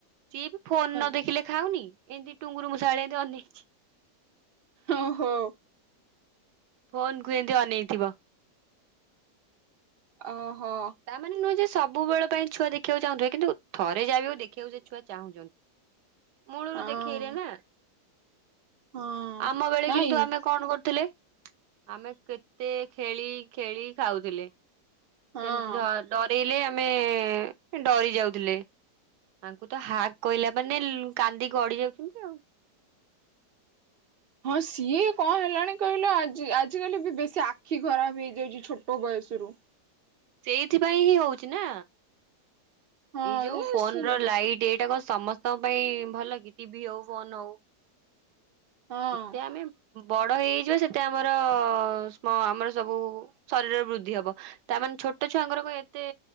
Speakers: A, on the right (about 70°); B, on the right (about 50°).
A: ସିଏ ବି ଫୋନ ନ
B: ହଁ
A: ଦେଖିଲେ ଖାଉନି ଏମିତି ଟୁଙ୍ଗୁରୁ ମୂଷା ଭଳିଆ ଏମିତି ଅନେଇଛି।
B: ଓହୋ।
A: ଫୋନ୍ କୁ ଏମିତି ଅନେଇଥିବ।
B: ଓହୋ।
A: ତାମାନେ ନୁହେଁ ଯେ ସବୁବେଳେ ପାଇଁ ଛୁଆ ଦେଖବାକୁ ଚାହୁଁଥିବେ କିନ୍ତୁ ଥରେ ଯାହା ବି ହେଉ ଦେଖିବାକୁ ଛୁଆ ଚାହୁଛ ମୂଳରୁ
B: ହଁ
A: ଦେଖେଇଲେ ନା।
B: ହଁ
A: ଆମ ବେଳେ
B: ନାଇଁ
A: କିନ୍ତୁ ଆମେ କଣ କରିଥିଲେ? ଆମେ କେତେ ଖେଳି ଖେଳି ଖାଉଥିଲେ।
B: ହଁ
A: ସେମିତି ଡରଇଲେ ଆମେ ଡରି ଯାଉଥିଲେ। ତାଙ୍କୁ ତ ହାକ୍ କହିଲା ମାନେ ଲୁ କାନ୍ଦି ଗଡି ଯାଉଛନ୍ତି ଆଉ।
B: ହଁ ସିଏ କଣ ହେଲାଣି କହିଲା ଆ ଆଜିକାଲି ବି ବେଶୀ ଆଖି ଖରାପ ହେଇଯାଉଛି ଛୋଟ ବୟସରୁ।
A: ସେଇଥିପାଇଁ ହିଁ ହଉଛି ନା।
B: ହଁ
A: ଏଇ ଯୋଉ
B: ଯେ
A: ଫୋନ
B: ସେ
A: ର ଲାଇଟ୍ ଏଇଟା କଣ ସମସ୍ତଙ୍କ ପାଇଁ ଭଲ କି ଟିଭି ହଉ ଫୋନ ହଉ।
B: ହଁ
A: ଯେତେ ଆମେ ବଡ ହେଇ ହେଇ ଯିବା ସେତେ ଆମର ସ୍ମ ଆମର ସବୁ ଶରୀରର ବୃଦ୍ଧି ହବ। ତାମାନେ ଛୋଟ ଛୁଆଙ୍କର କଣ ଏତେ